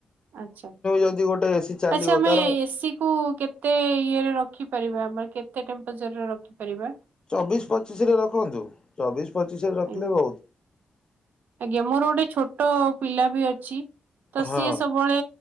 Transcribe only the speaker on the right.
ଆଛା
ଆଚଛା ଆମେ
ଏସିି କୁ କେତେ ଇଏରେ ରଖିପାରିବା ଆମରେ। କେତେ ଟେମ୍ପଚରରେ ରଖିପାରିବା।
ଆଜ୍ଞା
ଆଜ୍ଞା ମୋର ଗୋଟେ ଛୋଟ। ପିଲା ବି ଅଛି। ତ
ସିଏ ସବୁବେଳେ